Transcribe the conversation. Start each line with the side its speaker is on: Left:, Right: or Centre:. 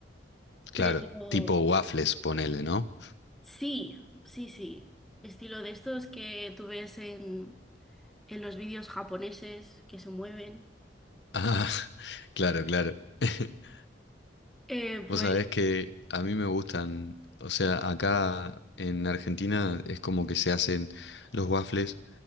Centre: Pero
Left: claro, tipo waffles, ponele, ¿no?
Centre: sí, sí, sí. Estilo de estos que tú ves en, en los vídeos japoneses que se mueven.
Left: Ah, <laughs> claro, claro. <laughs>
Centre: Eh,
Left: Vos
Centre: pues
Left: sabés que a mí me gustan, o sea, acá en Argentina es como que se hacen los waffles,